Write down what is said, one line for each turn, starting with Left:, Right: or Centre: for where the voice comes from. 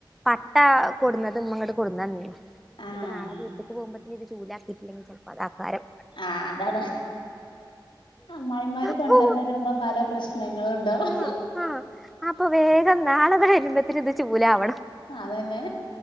Centre: പട്ട കൊടുന്നത് ഉമ്മ ഇങ്ങോട്ട് കൊടുന്നന്നീനി
Left: ആഹ്
Centre: ഇപ്പൊ നാളെ വീട്ടിക്ക് പോകുമ്പോത്തേന് ഇത് ചൂലാക്കിയിട്ടില്ലെങ്കിൽ ചിലപ്പോ അത് ആക്കാരം
Left: ആഹ് അതാണ് അമ്മായിമാര്
Centre: അപ്പൊ
Left: കൊണ്ടന്ന് തരുമ്പം പല പ്രശ്ന ണങ്ങളും ഉണ്ടാവും
Centre: ആഹ് ആഹ് അപ്പൊ വേഗം നാളെ ഇവര് വരുമ്പോത്തേന് ഇത് ചൂലാവണം
Left: അതന്നെ